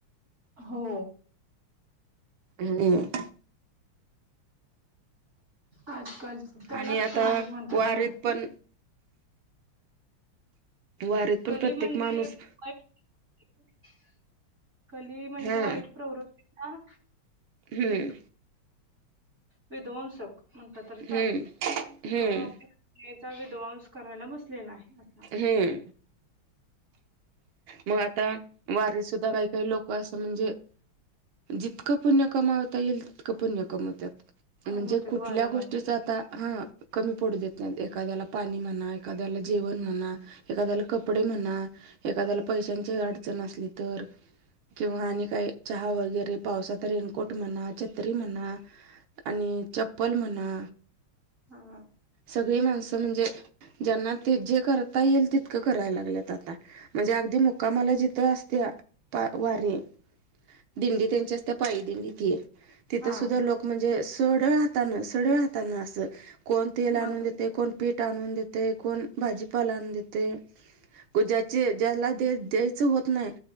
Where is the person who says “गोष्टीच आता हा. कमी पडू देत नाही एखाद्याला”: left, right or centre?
Right